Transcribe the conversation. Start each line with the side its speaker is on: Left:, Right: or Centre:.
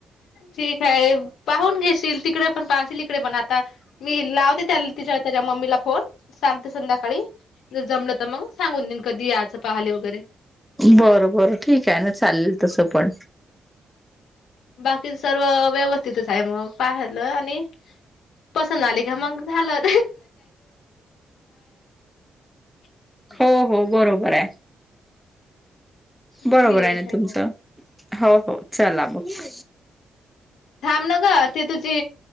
Left: ठीक आहे पाहून घेशील तिकड, पण पासल इकडे बन आता मी लावते त त्याच्या मम्मीला फोन सांगते संध्याकाळी जर जमलं तर मग सांगून नन कधी याचं पाहिले वगैरे
Centre: बरं बर ठीक आहे ना चालेल तसं पण
Left: बाकीच सर्व व्यवस्थितच आहे मग पाहालं आणि पसंत आली का मग झालं, <unintelligible>
Centre: हो, हो. बरोबर हाय. बरोबर
Left: ठीक
Centre: आहे ना तुमचं.
Left: मग
Centre: हो, हो. चला मगं.
Left: थांब ना ग. ते तुझी